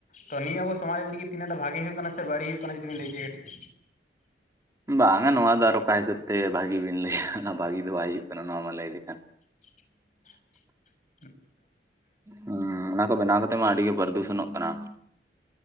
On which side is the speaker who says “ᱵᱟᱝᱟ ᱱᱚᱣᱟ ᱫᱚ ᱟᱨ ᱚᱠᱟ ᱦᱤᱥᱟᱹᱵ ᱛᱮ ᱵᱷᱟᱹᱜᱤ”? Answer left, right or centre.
Right